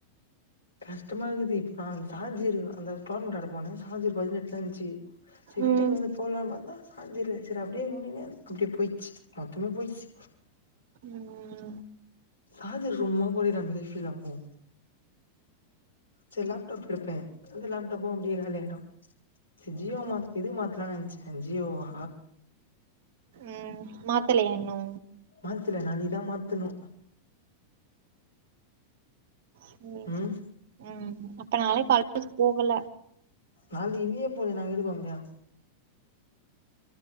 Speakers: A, on the left; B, on the right.
A: கஷ்டமாககுது இப்போ நா அந்த சார்ஜ்ர் இருக்கனு அந்த டோர்னமெண்ட்டு ஆட போனே சார்ஜர் பதினெட்டு தா இருந்துச்சு செரி வீட்டுக்கு
B: ம்
A: வந்து போட்லானு பாத்தா சார்ஜிரு செரி அப்டியே முடியவே இல்ல அப்டியே போயி மொத்தமே போய்ச்சு
B: ம்
A: காது ரூம்மோ மூக்கு உரிர மாரியே ஃபீல் ஆகுமோ செரி லேப்டாப் எடுப்பே அந்த லேப்டாப்பு அப்டியேகாலியாயிடு ஜி ஜியோ மாத் இது மாத்தலானு நெனச்சே ஜியோவா
B: ம் மாத்தலயா இன்னு
A: மாத்தல நாளைக்கிதா மாத்தணு
B: சேரி
A: ம்
B: சே ம் அப்ப நாளை படத்துக்கு போகல
A: நாளைக்கு நீயே போல நாங்க எப்டிபோக முடியு